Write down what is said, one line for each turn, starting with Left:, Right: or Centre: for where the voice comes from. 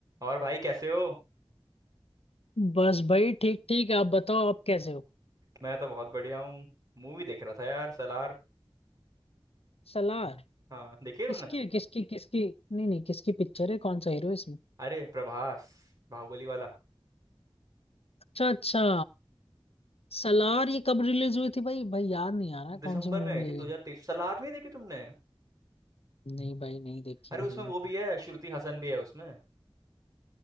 Right: और भाई कैसे हो
Left: बस भाई ठीक ठीक आप बताओ आप कैसे हो
Right: मैं तो बहुत बढ़िया हूँ मूवी देख रहा था यार सलार
Left: सलार
Right: हाँ देखी है तुमने
Left: किसकी है किसकी किसकी नहीं नहीं किसकी पिक्चर है कौन सा हीरो है इसमें
Right: अरे प्रभास बाहुबली वाला
Left: अच्छा अच्छा सलार ये कब रिलीज हुई थी भाई भाई याद नहीं आ रहा है
Right: दिसंबर
Left: कौन सी
Right: में
Left: मूवी
Right: आई थी 2023
Left: है
Right: सलार नहीं देखी तुमने
Left: ये नहीं भाई नहीं देखी
Right: अरे
Left: है
Right: उसमें
Left: भाई
Right: वो भी है श्रुति हसन भी है उसमें